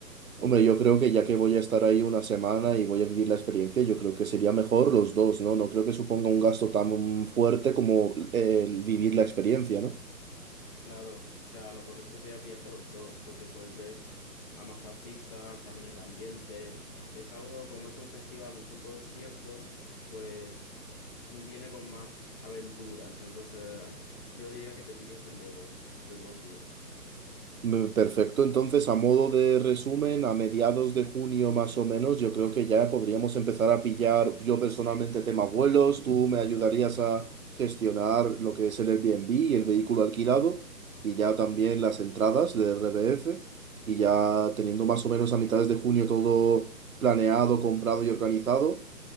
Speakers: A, on the right (about 55°); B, on the left (about 15°).
A: Hombre, yo creo que ya que voy a estar ahí una semana y voy a vivir la experiencia, yo creo que sería mejor los dos, ¿no? No creo que suponga un gasto tan fuerte como eh, el vivir la experiencia, ¿no?
B: Claro, o sea, lo correcto sería pillarte los dos, porque puedes ver a más artistas, también el ambiente. Es algo como es un festival, no es un concierto, pues viene con más aventuras. Entonces, yo diría que te pilles el de dos, de dos días.
A: Me- Perfecto, entonces a modo de resumen, a mediados de junio más o menos, yo creo que ya podríamos empezar a pillar yo personalmente tema vuelos, tú me ayudarías a gestionar lo que es el Airbnb y el vehículo alquilado y ya también las entradas de RBF y ya teniendo más o menos a mitades de junio todo planeado, comprado y organizado,